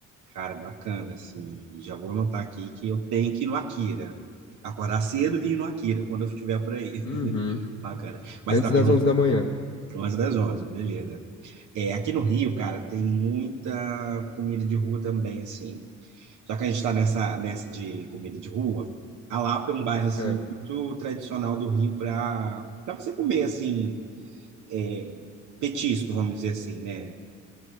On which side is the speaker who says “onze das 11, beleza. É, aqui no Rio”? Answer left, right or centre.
Right